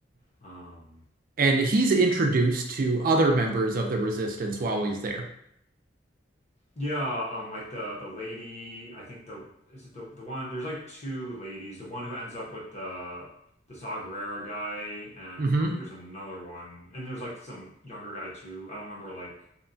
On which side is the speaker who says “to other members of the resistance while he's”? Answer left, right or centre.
Right